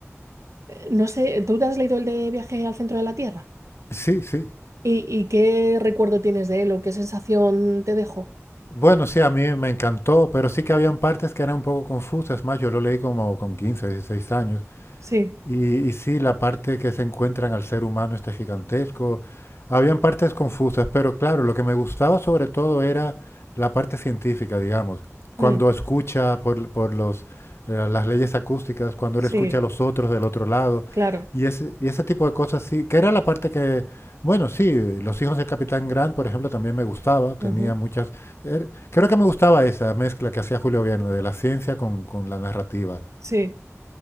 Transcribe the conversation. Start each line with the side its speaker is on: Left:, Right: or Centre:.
Right: eh, no sé, ¿tú te has leído el de Viaje al centro de la Tierra?
Left: Sí, sí.
Right: ¿Y, y qué recuerdo tienes de él o qué sensación te dejó?
Left: Bueno, sí, a mí me encantó, pero sí que habían partes que eran un poco confusas. Más, yo lo leí como con 15, 16 años.
Right: Sí.
Left: Y, y sí, la parte que se encuentran al ser humano este gigantesco. Habían partes confusas, pero claro, lo que me gustaba sobre todo era la parte científica, digamos. Cuando
Right: Mm,
Left: escucha por, por los, eh, las leyes acústicas, cuando
Right: sí,
Left: él escucha a los otros del otro lado,
Right: claro.
Left: y ese, y ese tipo de cosas, sí, que era la parte que, bueno, sí, Los hijos del Capitán Grant, por ejemplo, también me gustaba, tenía
Right: Ujú,
Left: muchas... er- creo que me gustaba esa mezcla que hacía Julio Verne de la ciencia con, con la narrativa.
Right: Sí,